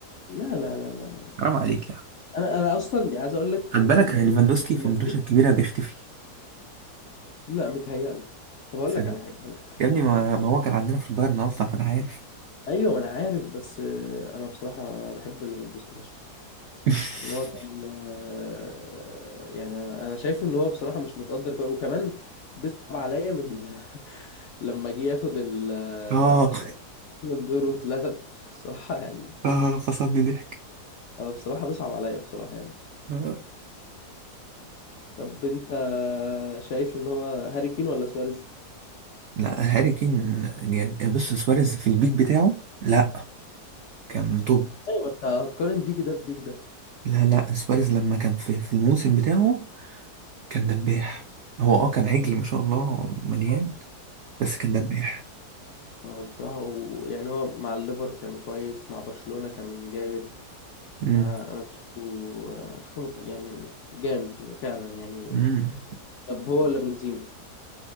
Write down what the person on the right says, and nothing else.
حرام عليك يا عم
خد
بالك
ليفاندوسكي في
المدوشة الكبيرة بيختفي
صدق
يا ابني ما,
ما هو كان عندنا في البايرن أصلا فأنا عارف
<laughs>
آه
آه فصلني ضحك
آه.
لا هاري كين جامد بص سواريز في البيك بتاعه لا كان توب
لا لا سواريز لما كان في, في الموسم بتاعه كان دباح هو اه كان عجل ما شاء الله مليان بس كان دباح
مم.
مم.